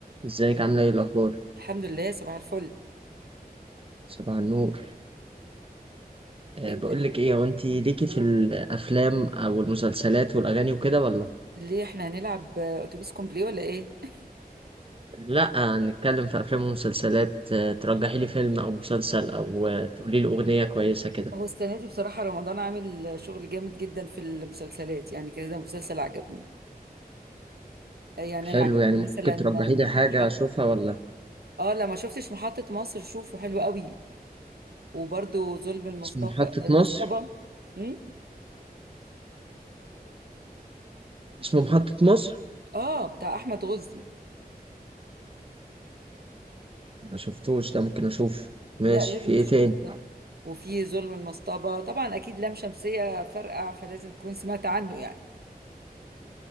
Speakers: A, on the right; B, on the right.
A: ازيك عامله ايه الاخبار
B: الحمد لله صباح الفل
A: صباح النور أه
B: انت
A: بقول لك ايه هو انت ليكي
B: قول
A: في الافلام او المسلسلات والاغاني وكده ولا
B: ليه احنا هنلعب آه، اتوبيس كومبلي ولا ايه <laughs>
A: لا نتكلم في افلام ومسلسلات أه ترجحي لي فيلم او مسلسل او أه تقولي لي اغنيه كويسه كده
B: هو السنه دي بصراحه رمضان عامل شغل جامد جدا في المسلسلات يعني كذا مسلسل عجبني آه، يعني
A: حلو
B: انا عجبني
A: يعني ممكن
B: مثلا
A: ترجحي
B: مح-
A: لي حاجه
B: محط
A: اشوفها ولا
B: اه لما شفتش محطه مصر شوفه حلو قوي وبرده ظلم المصطفى
A: اسمه محطه
B: المصطبه
A: مصر
B: امم
A: اسمه محطه مصر
B: اه بتاع احمد غزي
A: ما شفتوش ده ممكن اشوف ماشي
B: لا لازم
A: في ايه
B: تشوفه
A: تاني
B: ده وفي ظلم المصطبه طبعا اكيد لام شمسيه فرقع فلازم تكون سمعت عنه يعني